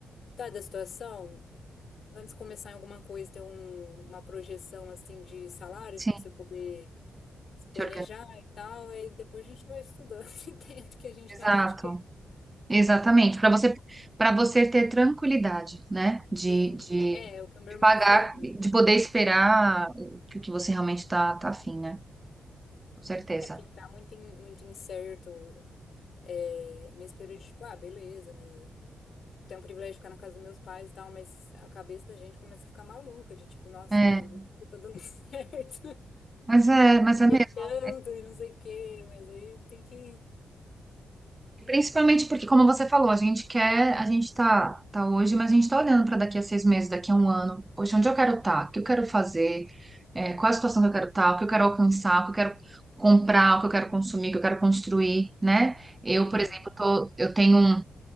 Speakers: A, on the left; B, on the right.
A: tá da situação. antes de começar em alguma coisa, ter um- uma projeção assim de salários
B: sim,
A: para você poder se planejar
B: te organiza.
A: e tal, aí depois a gente vai estudando <laughs> e tendo o que a gente
B: Exato.
A: realmente quer.
B: Exatamente. Para você, para você ter tranquilidade, né? De,
A: Sim,
B: de,
A: é, é é o que o meu
B: de
A: irmão
B: pagar,
A: fez. né?
B: de poder esperar o que o que você realmente tá, tá afim, né? Com certeza.
A: É porque ficar muito, in- muito incerto é, nesse período de, tipo, ah, beleza, né? tem o privilégio de ficar na casa dos meus pais e tal, mas a cabeça da gente começa a ficar maluca, de tipo, nossa,
B: É,
A: não, não tá dando <laughs> certo,
B: mas é, mas é
A: E
B: mesmo.
A: tanto
B: é
A: e não sei o quê, mas aí tem que.
B: Principalmente porque, como você falou, a gente quer, a gente tá, tá hoje, mas a gente tá olhando para daqui a seis meses, daqui a um ano. Poxa, onde eu quero estar? O que eu quero fazer? É, qual a situação que eu quero estar? O que eu quero alcançar? O que eu quero comprar? O que eu quero consumir? O que eu quero construir, né? Eu,
A: sim
B: por exemplo, tô, eu tenho um,